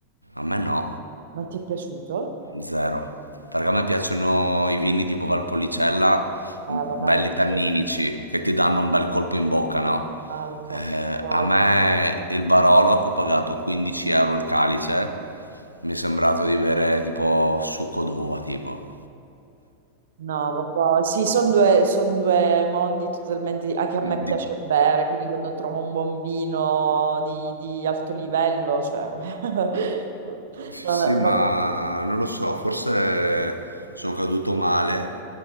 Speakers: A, on the right (about 85°); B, on the right (about 60°).
A: A me no,
B: non ti è piaciuto?
A: zero. Perché a me piacciono i vini tipo Valpolicella,
B: Ah,
A: m,
B: vabbè,
A: belli tanninici,
B: sì.
A: che ti danno un bel colpo in bocca, no?
B: Ah, lo so,
A: Eh,
B: lo
A: a me
B: so.
A: il Barolo, che ho pagato 15 euro il calice, mi è sembrato di bere tipo succo d'uva, tipo.
B: No, vabbè, sì, sono due, son due mondi totalmente... di- Anche a me
A: Di-
B: piace bere, quindi quando trovo un buon vino di, di alto livello, cioè... <laughs>
A: Sì,
B: No,
A: sì,
B: no,
A: ma
B: no.
A: non lo so, forse sono caduto male